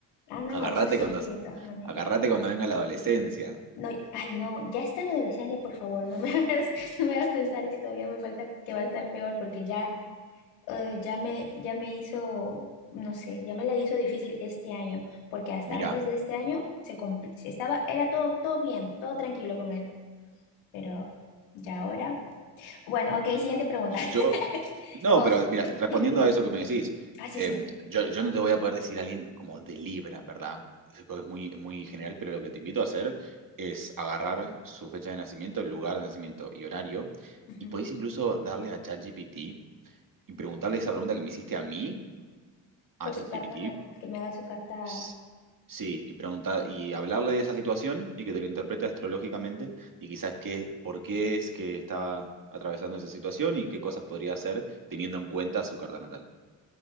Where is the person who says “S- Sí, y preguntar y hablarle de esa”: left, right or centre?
Right